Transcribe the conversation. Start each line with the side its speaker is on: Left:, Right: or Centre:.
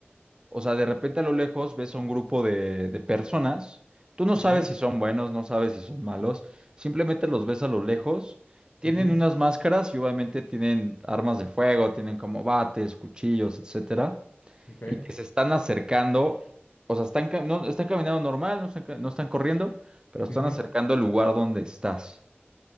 Right: o sea, de repente a lo lejos ves a un grupo de, de personas. Tú no
Left: mhm
Right: sabes si son buenos, no sabes si son malos. Simplemente los ves a lo lejos. Tienen
Left: mhm
Right: unas máscaras y obviamente tienen armas de fuego, tienen como bates, cuchillos, etcétera
Left: Okay.
Right: y que se están acercando, o sea, están, ca- no, están caminando normal, no están, ca- no están corriendo, pero están
Left: mhm
Right: acercando al lugar donde estás.